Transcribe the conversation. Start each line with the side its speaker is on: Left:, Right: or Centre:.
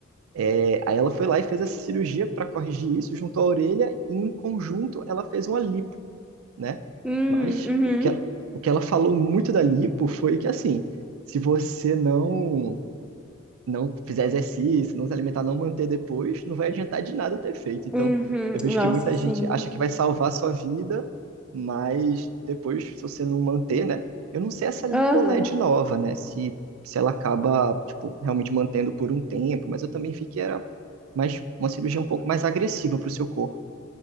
Right: É, aí ela foi lá e fez essa cirurgia para corrigir isso junto à orelha e em conjunto ela fez uma lipo, né?
Centre: Uhum.
Right: Mas
Centre: Uhum.
Right: o que ela, o que ela falou muito da lipo foi que assim, se você não não fizer exercício, não se alimentar, não manter depois, não vai adiantar de nada ter feito. Então,
Centre: Uhum.
Right: eu vejo
Centre: Nossa,
Right: que muita
Centre: sim.
Right: gente acha que vai salvar a sua vida, mas depois, se você não manter, né? Eu não sei essa LipoLed
Centre: Aham.
Right: nova, né? Se, se ela acaba, tipo, realmente mantendo por um tempo, mas eu também vi que era mais, uma cirurgia um pouco mais agressiva para o seu corpo.